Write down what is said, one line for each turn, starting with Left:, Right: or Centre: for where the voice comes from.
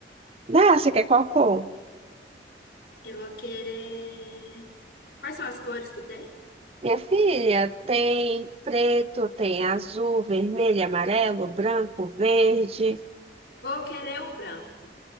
Right: Dá, você quer qual cor?
Left: Eu vou querer. Quais são as cores que tem?
Right: Minha filha, tem preto, tem azul, vermelho, amarelo, branco, verde.
Left: Vou querer o branco.